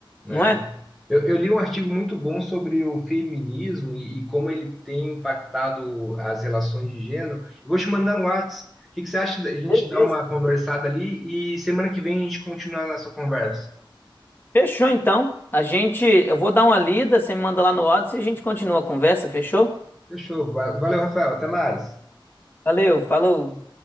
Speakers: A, in the centre; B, on the left.
A: é.
B: Não é?
A: Eu, eu li um artigo muito bom sobre o feminismo e, e como ele tem impactado as relações de gênero. Eu vou te mandar no Whats. O que, que você acha da gente
B: Beleza.
A: dar uma conversada ali e semana que vem a gente continua a nossa conversa?
B: Fechou então. A gente, eu vou dar uma lida, você me manda lá no WhatsApp e a gente continua a conversa, fechou?
A: Fechou. Va- Valeu, Rafael. Até mais.
B: Valeu, falou.